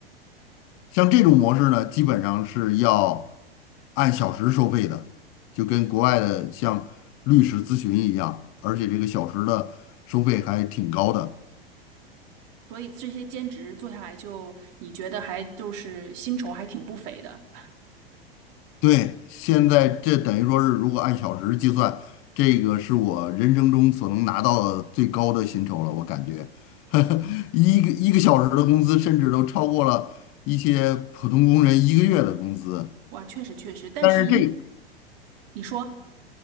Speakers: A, on the left (about 45°); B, on the right (about 50°).
A: 像这种模式呢，基本上是要按小时收费的，就跟国外的像律师咨询一样，而且这个小时的收费还挺高的。
B: 所以这些兼职做下来就，你觉得还就是薪酬还挺不菲的。
A: 对，现在这等于说是，如果按小时计算，这个是我人生中所能拿到的最高的薪酬了。我感觉，<laughs> 一个一个小时的工资，甚至都超过了一些普通工人一个月的工资。
B: 哇，确实确实，但是因
A: 但是这
B: 你说，